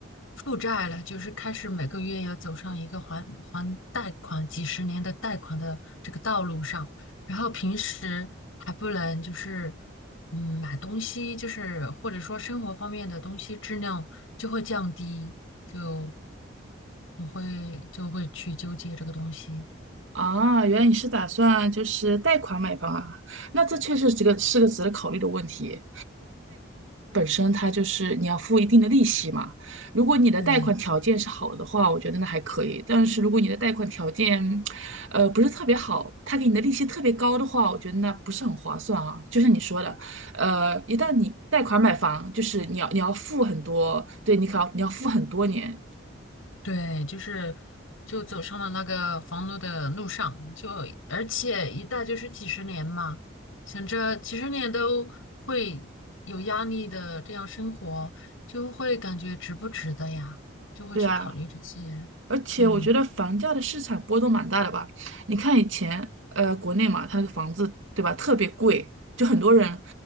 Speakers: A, on the left; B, on the right.
A: 负债了，就是开始每个月要走上一个还还贷款几十年的贷款的这个道路上，然后平时还不能就是嗯买东西，就是或者说生活方面的东西质量就会降低，就我会就会去纠结这个东西，
B: 啊，原来你是打算就是贷款买房啊？那这确实这个是个值得考虑的问题。本身它就是你要付一定的利息嘛。如果你的贷款条件是好的话，
A: 对。
B: 我觉得那还可以。但是如果你的贷款条件，呃，不是特别好，他给你的利息特别高的话，我觉得那不是很划算啊。就像你说的，呃，一旦你贷款买房，就是你要你要付很多，对你可要你要付很多年，
A: 对，就是就走上了那个房奴的路上，就而且一贷就是几十年嘛，想着几十年都会有压力的这样生活，就会感觉值不值得呀，就会去考虑这些。
B: 对啊。而且我觉得房价的市场波动蛮大的吧。
A: 嗯
B: 你看以前，呃，国内嘛，它那个房子，对吧，特别贵，就很多人